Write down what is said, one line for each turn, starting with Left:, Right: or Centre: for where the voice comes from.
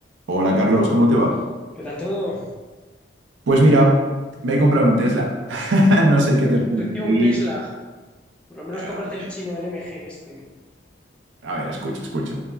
Right: Hola Carlos, ¿cómo te va?
Centre: ¿Qué tal todo?
Right: Pues mira, me he comprado un Tesla. <laughs> No sé qué te parece
Centre: Sentía
Right: a ti.
Centre: un Tesla. Por lo menos
Right: Eh,
Centre: cómprate
Right: A ver,
Centre: el chino LMG este.
Right: a ver, escucha, escucha.